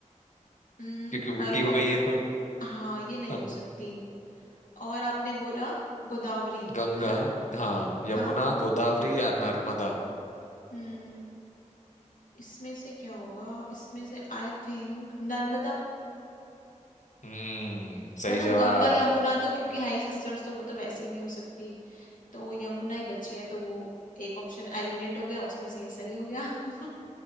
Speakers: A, on the left; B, on the left.
A: हम्म,
B: क्योंकि उल्टी
A: और
B: हो
A: कौन
B: गई
A: स-
B: ये तो
A: हाँ ये नहीं
B: हाँ।
A: हो सकती और आपने बोला गोदावरी
B: गंगा
A: है ना
B: हाँ
A: हाँ
B: यमुना गोदावरी या नर्मदा
A: हम्म इसमें से क्या होगा इसमें से आई थिंक नर्मदा
B: हम्म सही
A: है ना
B: जवाब
A: गंगा यमुना तो क्योंकि हाई सिस्टर्स तो वो तो वैसे ही नहीं हो सकती तो वो यमुना ही बची है तो वो एक ऑप्शन एलिमिनेट हो गया उसमें से ये सही हो गया <laughs>